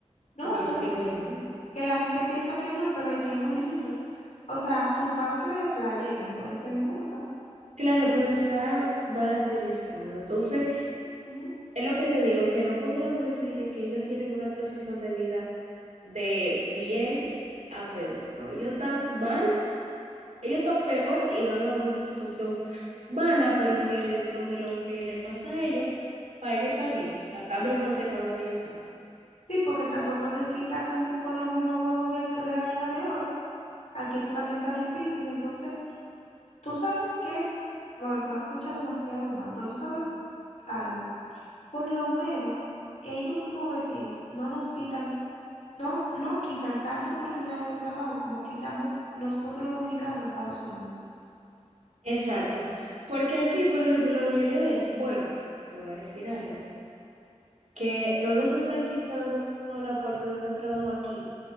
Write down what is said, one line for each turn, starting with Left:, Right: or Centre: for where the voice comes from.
Left: No,
Right: porque
Left: que
Right: es
Left: la,
Right: que no hay nada.
Left: que la gente piensa que no, pero Haití es muy lindo. O sea, su parte de playa y eso es hermosa.
Right: Claro, pero está mal administrado. Entonces,
Left: Ujú.
Right: es lo que te digo, que no podríamos decir que, que ellos tienen una transición de vida de bien a peor, ¿no? Ellos están mal, ellos están peor y van a una situación mala, pero que dentro de lo que le pasa a ellos, para ellos está bien, o sea, está mejor que está donde ellos están.
Left: Sí, porque tampoco es que aquí está con, con los molos huevos de, de la gallina de oro. Aquí esto también está difícil. Entonces, tú sabes que es, bueno, se va a escuchar demasiado mal, pero tú sabes algo. Por lo menos ellos como vecinos no nos quitan, no, no quitan tanta oportunidad de trabajo como quitamos nosotros los dominicanos en Estados Unidos.
Right: Exacto. Porque aquí, por ejemplo, la mayoría de ellos, bueno, te voy a decir algo, que no nos está quitando la oportunidad de trabajo aquí,